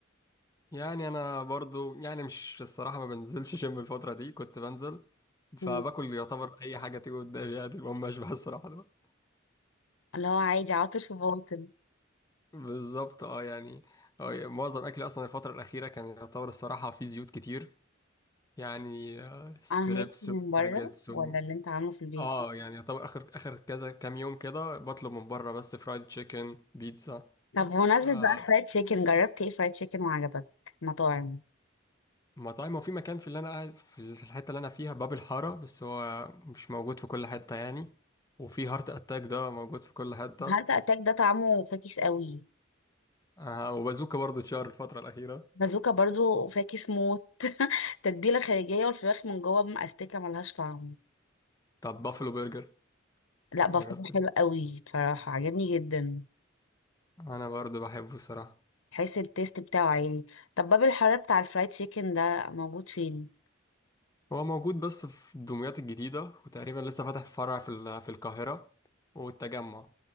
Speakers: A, on the left (about 20°); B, on the left (about 85°).
A: يعني أنا برضو يعني مش الصراحة ما بنزلش جيم الفترة دي كنت بنزل فباكل
B: عشان
A: يعتبر أي حاجة تيجي قدامي يعني المهم أشبع الصراحة
B: اللي هو عادي عاطل في باطل
A: بالظبط اه يعني اه يعني معظم اكلي اصلا الفتره الاخيره كان يعتبر الصراحه فيه زيوت كتير يعني آه، ستريبس
B: عن هيلثي من
A: وباجيتس
B: بره ولا
A: و...
B: اللي انت عامله في البيت
A: اه يعني يعتبر اخر اخر كذا كام يوم كده بطلب من بره بس فرايد تشيكن بيتزا
B: طب بمناسبة
A: آه
B: بقى الفرايد تشيكن جربت ايه فرايد تشيكن وعجبك مطاعم
A: مطاعم وفي مكان في اللي انا قاعد في في الحته اللي انا فيها باب الحاره بس هو مش موجود في كل حته يعني وفي هارت اتاك ده موجود في كل حته
B: هارت اتاك ده طعمه فاكس قوي
A: آه وبازوكا برضو اتشهر الفتره الاخيره
B: بازوكا برضو فاكس موت <laughs> تتبيلة خارجية والفراخ من جوه مأستكة ملهاش طعم
A: طب بافلو برجر
B: لا بفهم
A: جربت ال-
B: حلو قوي بصراحة عجبني جدا
A: انا برضو بحبه الصراحه
B: حس التيست بتاعه عالي طب باب الحرارة بتاع الفرايد تشيكن ده موجود فين
A: هو موجود بس في الدمياط الجديدة وتقريبا لسه فاتح فرع في ال- في القاهرة والتجمع